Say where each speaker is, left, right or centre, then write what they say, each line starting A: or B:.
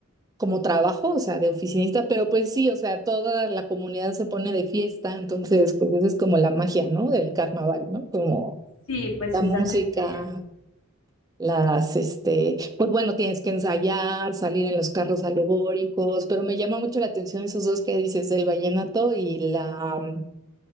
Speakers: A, on the right; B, on the left.
A: como trabajo, o sea, de oficinista, pero pues sí, o sea, toda la comunidad se pone de fiesta, entonces, pues esa es como la magia, ¿no? Del carnaval, ¿no? Como
B: Sí, pues
A: la
B: esa
A: música.
B: es la idea.
A: Las, este, pues bueno, tienes que ensayar, salir en los carros alegóricos, pero me llama mucho la atención esos dos que dices, el vallenato y la mm,